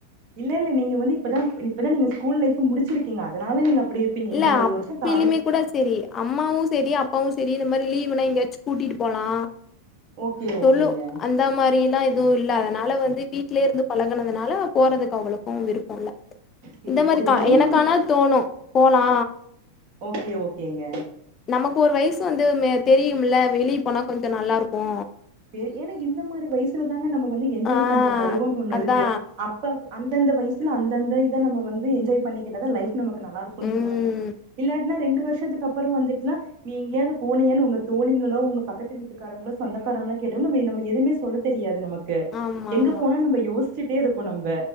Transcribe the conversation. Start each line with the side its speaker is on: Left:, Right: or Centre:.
Right: இல்லல்ல நீங்க வந்து இப்பதா இப்பதா நீங்க ஸ்கூல் லைஃப முடிச்சிருக்கீங்க அதனால நீங்க அப்டி இருப்பீங்க
Left: இல்ல
Right: இன்னு ஒரு
Left: அப்பிலிமே
Right: வருஷோ காலே
Left: கூட செரி அம்மாவு செரி அப்பாவு செரி இந்த மாரி லீவ்னா எங்கயாச்சு கூட்டிட்டு போலா
Right: ஓகே
Left: சொல்லு
Right: ஓகேங்க
Left: அந்தா மாரிலா துவு இல்ல அதனால வந்து வீட்லே இருந்து பழகனதுனால போறதுக்கு அவ்ளோக்கு விருப்போ இல்ல
Right: சேரி
Left: இந்த மாரிக்கா
Right: சேரிங்க உங்களு
Left: எனக்கு ஆனா தோணு போலா
Right: ஓகே ஓகேங்க
Left: நமக்கு ஒரு வயசு வந்து மே தெரியுமுல வெளிய போனா கொஞ்ச நல்லாருக்கு
Right: சேரி ஏனா இந்த மாரி வயசுல தாங்க நம்ம வந்து என்ஜாய்
Left: ஆ
Right: பண்ற பருவோன்னு ஒன்னு
Left: அதா
Right: இருக்கு அப் ப்ப அந்தந்த வயசுல அந்தந்த இத நம்ம வந்து என்ஜாய் பண்ணிக்கிட்டா தா லைஃப் நமக் கு நல்லாருக்குன்
Left: ம்
Right: சொல்லுவாங்க இல்லாட்னா ரெண்டு வர்ஷத்துக்கு அப்பறோ வந்துட்னா நீ எங்கேயாது போனீயானு உங்க தோழிங்களோ உங்க பக்கத்து வீட்டுக்காரங்களோ சொந்தக் காரங்களா கேட்டா நம்ம ஏ நம்ம எதையுமே சொல்ல தெரியாது நமக்கு
Left: ஆமா
Right: எங்க
Left: ஆமா
Right: போனோன் நம்ப யோசிச்சுட்டே இருப்போ நம்ப